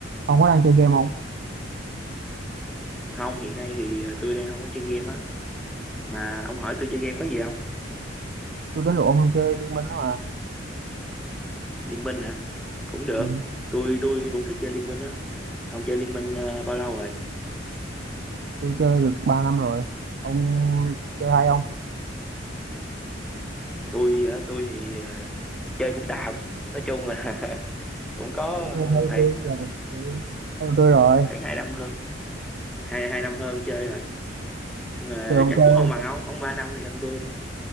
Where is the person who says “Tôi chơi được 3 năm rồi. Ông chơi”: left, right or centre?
Right